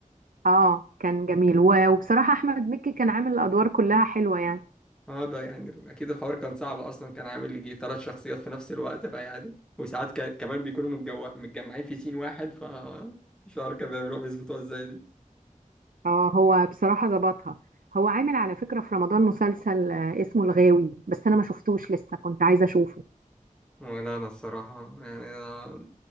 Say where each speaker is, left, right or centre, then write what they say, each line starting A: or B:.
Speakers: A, on the right (about 85°); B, in the centre.
A: اه كان جميل و- وبصراحه احمد مكي كان عامل الادوار كلها حلوه يعني
B: اه ده يعني اكيد الحوار كان صعب اصلا كان عامل لي يجي ثلاث شخصيات في نفس الوقت بقى عادي وساعات كان كمان بيكونوا متجو... متجمعين في سين واحد ف مش عارف كانوا بيعملوها بيظبطوها ازاي دي
A: اه هو بصراحة ظبطها هو عامل على فكرة في رمضان مسلسل آه، اسمه الغاوي بس انا ما شفتوش لسه كنت عايزة اشوفه
B: ولا انا الصراحه يعني أنا